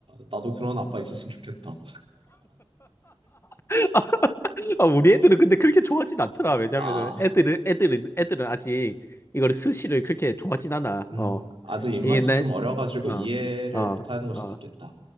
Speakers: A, on the right; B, on the left.
A: 나도 그런 아빠 있었으면 좋겠다.
B: <laughs> 아, 우리 애들은 근데 그렇게 좋아하진 않더라. 왜냐면은
A: 아,
B: 애들은, 애들은, 애들은 아직 이거를 스시를 그렇게 좋아하진 않아.
A: 음,
B: 어,
A: 아직 입맛이
B: 이게 내,
A: 좀 어려가지고
B: 어,
A: 이해를
B: 어,
A: 못하는 걸
B: 어.
A: 수도 있겠다.